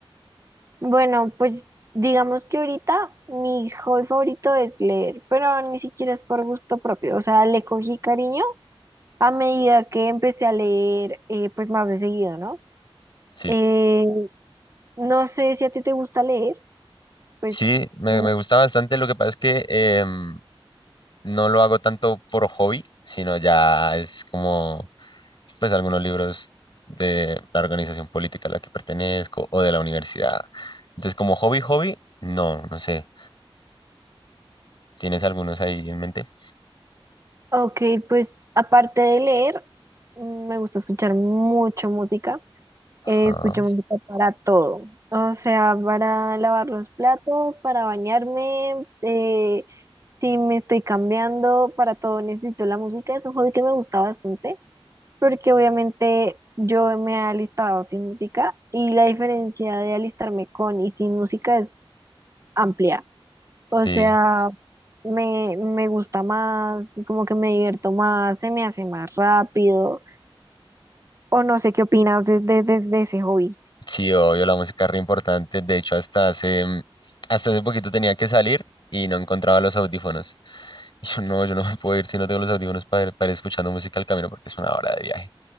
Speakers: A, on the right (about 30°); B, on the left (about 55°).
A: Bueno, pues digamos que ahorita mi hobby favorito es leer, pero ni siquiera es por gusto propio, o sea, le cogí cariño a medida que empecé a leer, eh, pues más de seguido, ¿no?
B: Sí.
A: Eh, no sé si a ti te gusta leer, pues...
B: Sí, me,
A: no.
B: me gusta bastante. Lo que pasa es que em, no lo hago tanto por hobby, sino ya es como pues algunos libros de la organización política a la que pertenezco o de la universidad. Entonces, como hobby, hobby, no, no sé. ¿Tienes algunos ahí en mente?
A: Ok, pues aparte de leer, mm, me gusta escuchar mucho música. Eh,
B: Ajá.
A: escucho música para todo, o sea, para lavar los platos, para bañarme, eh, si me estoy cambiando, para todo necesito la música. Es un hobby que me gusta bastante porque obviamente yo me he alistado sin música y la diferencia de alistarme con y sin música es amplia. O
B: Sí,
A: sea, me, me gusta más, como que me divierto más, se me hace más rápido, o no sé qué opinas desde de, de- de ese hobby.
B: sí, obvio, la música es re importante. De hecho, hasta hace, mm, hasta hace poquito tenía que salir y no encontraba los audífonos. <laughs> Y yo no, yo no me puedo ir si no tengo los audífonos para, ir- para ir escuchando música al camino porque es una hora de viaje.